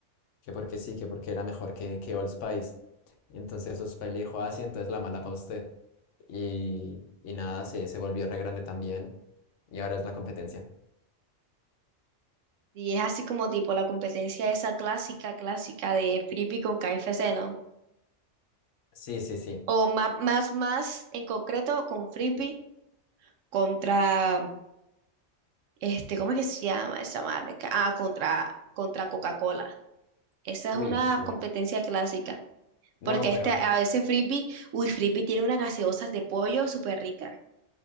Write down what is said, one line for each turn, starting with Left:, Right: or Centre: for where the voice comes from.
Left: que porque sí, que porque era mejor que, que Old Spice. Y entonces Old Spice le dijo, ah, sí, entonces la mala para usted. Y, y nada, se, se volvió re grande también. Y ahora es la competencia.
Right: Y es así como tipo la competencia esa clásica, clásica de Frisbee con KFC, ¿no?
Left: Sí, sí, sí.
Right: O más, más, más en concreto con Frisbee contra, este, ¿cómo es que se llama esa marca? Ah, contra, contra Coca-Cola. Esa
Left: Uy,
Right: es una
Left: sí.
Right: competencia clásica.
Left: No,
Right: Porque este,
Left: pero,
Right: a veces Frisbee, uy, Frisbee tiene unas gaseosas de pollo súper ricas.